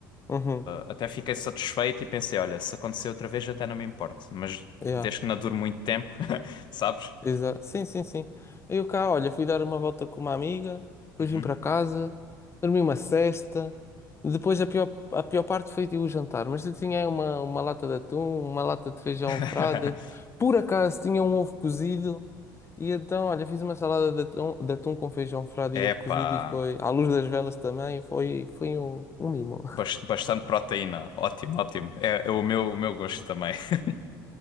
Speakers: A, on the left (about 25°); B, on the left (about 50°).
A: Uhum.
B: até fiquei satisfeito e pensei, olha, se acontecer outra vez até não me importo, mas
A: Yeah.
B: desde que não dure muito tempo, <laughs> sabes?
A: Exa sim, sim, sim. Eu cá, olha, fui dar uma volta com uma amiga, depois
B: Uhum.
A: vim para casa, dormi uma sesta. Depois a pior, a pior parte foi tipo, o jantar, mas eu tinha uma, uma lata de atum, uma lata de feijão
B: <laughs>
A: frade, por acaso tinha um ovo cozido, e então, olha, fiz uma salada de atum, de atum com feijão frade
B: É
A: e ovo
B: pá
A: cozido, e foi, à luz das velas também, foi, foi um, um mimo. <laughs>
B: bas- bastante proteína, ótimo, ótimo, é, é o meu, o meu gosto também. <laughs>